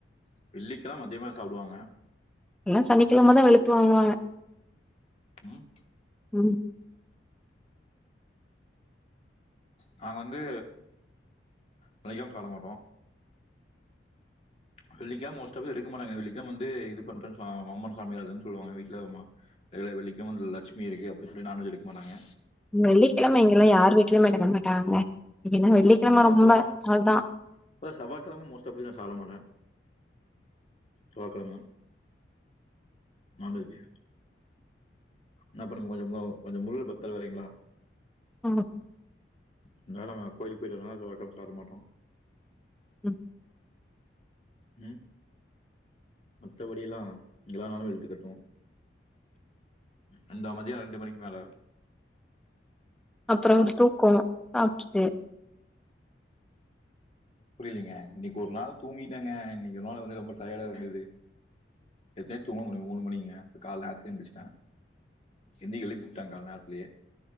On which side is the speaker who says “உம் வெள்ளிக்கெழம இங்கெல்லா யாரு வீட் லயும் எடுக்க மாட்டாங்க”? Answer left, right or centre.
Centre